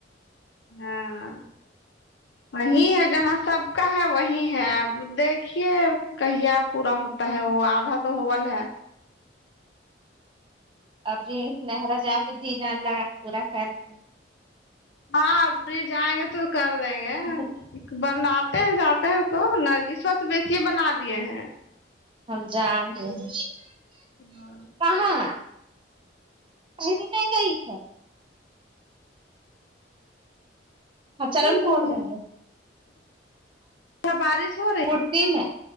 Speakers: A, on the left; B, on the right.
A: ہاں وہی ہے جہاں سب کا ہے وہی ہے اب دیکھیے کہی یا پورا ہوت تا ہے وہ آدھا تو ہوول ہے
B: ابھی نہر جا کے جی جان لگا پورا کر کے
A: ہاں اب لے جائیں گے تو کر دیں گے
B: اچھا
A: بناتے ہیں جاتے ہیں تو نرگس وا سے بیسیے سے بنا دیے ہیں
B: ہم جان تے ہیں
A: یہی
B: کہاں <unintelligible> ہاں چلو
A: سب
B: بول دیں
A: ہے
B: گے
A: بارش ہو رہی
B: کڑتی میں